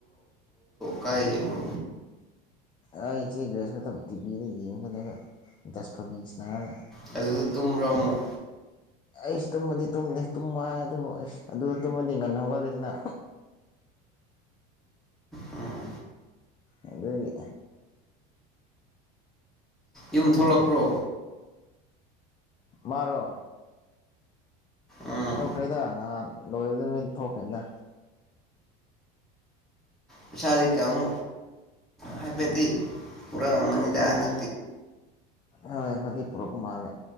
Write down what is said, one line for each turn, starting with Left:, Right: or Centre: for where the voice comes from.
Centre: ꯀ ꯍꯉ
Left: ꯑꯩ ꯏꯆꯦ ꯒ꯭ꯔꯦꯁ ꯃꯇꯝ ꯇꯤꯚꯤꯗ ꯌꯦꯡꯒꯗꯕ ꯗꯁ ꯐꯕꯤꯁꯅꯔꯒ
Centre: ꯑꯗꯨꯗ ꯇꯨꯝꯕ꯭ꯔꯣ ꯑꯃꯨꯛ
Left: ꯑꯩꯁ ꯇꯨꯝꯃꯗꯤ ꯇꯨꯝꯗꯦ ꯇꯨꯝꯃ ꯍꯥꯏ ꯑꯗꯨꯕꯨ ꯑꯩꯁ ꯑꯗꯨꯗ ꯇꯨꯝꯃꯗꯤ ꯉꯟꯅ ꯍꯧꯒꯠꯂꯗꯅ
Centre: ꯎꯝ
Left: ꯑꯗꯨꯗꯒꯤ
Centre: ꯌꯨꯝ ꯊꯣꯛꯂꯛꯄ꯭ꯔꯣ
Left: ꯃꯥꯔꯣ
Centre: ꯎꯝ
Left: ꯊꯣꯛꯈ꯭ꯔꯦꯗ ꯅꯍꯥꯟ ꯂꯣꯏꯔꯗꯃꯤ ꯊꯣꯛꯈ꯭ꯔꯦꯗ
Centre: ꯄꯁꯥꯗꯀꯃ ꯍꯥꯏꯦꯗꯤ ꯄꯨꯔꯥ ꯃꯅꯤꯗ ꯅ
Left: ꯍꯣꯏ ꯈꯔꯗꯤ ꯄꯨꯔꯛꯄ ꯃꯥꯜꯂꯦ